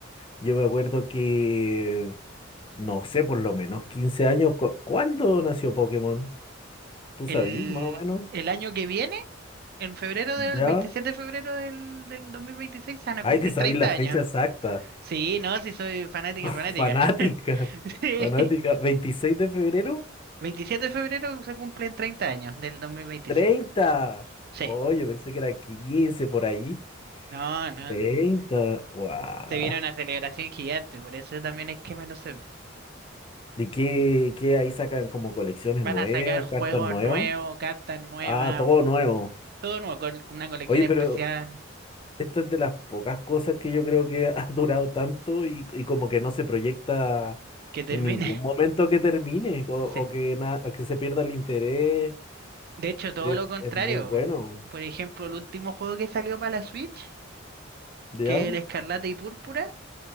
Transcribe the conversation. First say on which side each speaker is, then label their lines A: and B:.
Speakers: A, on the left; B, on the right.
A: yo me acuerdo que, no sé, por lo menos 15 años, cu- ¿cuándo nació Pokémon? ¿Tú
B: El,
A: sabí, más o menos?
B: el año que viene, en febrero del
A: ¿Ya?
B: 27 de febrero del, del 2026, se van a
A: Ay,
B: cumplir
A: te sabí
B: 30
A: la fecha
B: años.
A: exacta.
B: Sí, no, sí soy fanática,
A: <laughs>
B: fanática.
A: Fanática.
B: <laughs> Sí.
A: Fanática. Veintiséis de febrero?
B: 27 de febrero se cumplen 30 años del 2026.
A: treinta.
B: Sí.
A: Oh, yo pensé que era 15 por ahí.
B: No, no.
A: Treinta,
B: eh,
A: ¡Wow!
B: Se viene una celebración gigante, por eso también es que me lo sé.
A: ¿De qué, qué ahí sacan como colecciones
B: Van
A: nuevas,
B: a sacar juegos
A: cartas nuevas?
B: nuevos, cartas nuevas,
A: Ah, todo
B: o-
A: nuevo.
B: todo nuevo, con, con una colección
A: Oye,
B: especial
A: pero esta es de las pocas cosas que yo creo que ha <laughs> durado tanto y, y como que no se proyecta
B: que termine.
A: en ningún
B: <laughs>
A: momento que termine o, o
B: Sí.
A: que, na- que se pierda el interés.
B: De hecho, todo
A: Es,
B: lo contrario.
A: es muy bueno.
B: Por ejemplo, el último juego que salió para la Switch,
A: ¿Ya?
B: que es el Escarlata y Púrpura,